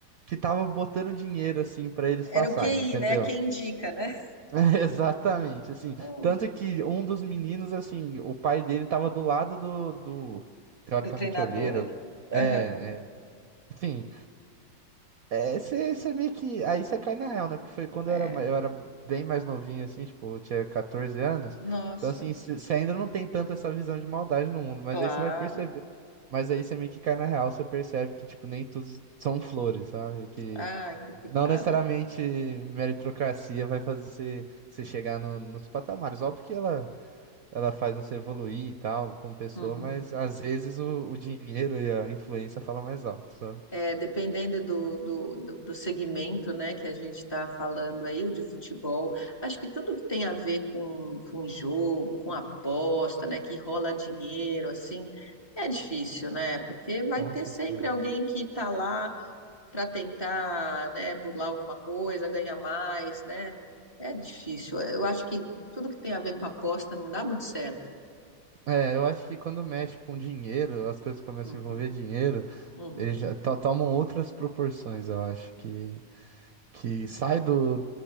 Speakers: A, on the right; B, on the left.
A: que tava botando dinheiro assim pra eles
B: Era
A: passarem,
B: o QI,
A: entendeu?
B: né? Quem
A: <laughs>
B: indica, né?
A: É, Exatamente, assim,
B: Puts,
A: tanto que um dos meninos, assim, o pai dele tava do lado do, do teoricamente
B: do treinador
A: olheiro.
B: ali.
A: É,
B: Aham,
A: é. Sim, É, você meio que. Aí você cai na real, né? Porque foi quando
B: É.
A: eu era, ma- eu era bem mais novinho, assim, tipo, eu tinha 14 anos.
B: Nossa,
A: Então, assim, você ainda não tem tanto essa visão de maldade no mundo, mas
B: claro.
A: aí você vai perceber. Mas aí você meio que cai na real, você percebe que, tipo, nem tudo são flores, sabe? Que
B: Ai, que pecado.
A: não necessariamente meritocracia vai fazer você você chegar no- nos patamares. Óbvio que ela, ela faz você evoluir e tal, como pessoa,
B: Uhum.
A: mas às vezes o, o dinheiro e a influência falam mais alto, sabe?
B: É, dependendo do, do, do, do segmento, né, que a gente está falando aí, o de futebol, acho que tudo que tem a ver com, com jogo, com aposta, né, que rola dinheiro, assim, é difícil, né, porque vai
A: Com
B: ter
A: certeza.
B: sempre alguém que está lá para tentar, né, burlar alguma coisa, ganhar mais, né, é difícil. Eu acho que tudo que tem a ver com aposta não dá muito certo.
A: É, eu acho que quando mexe com dinheiro, as coisas começam
B: Uhum,
A: a envolver dinheiro,
B: uhum.
A: eles já to- tomam outras proporções, eu acho, que, que sai do,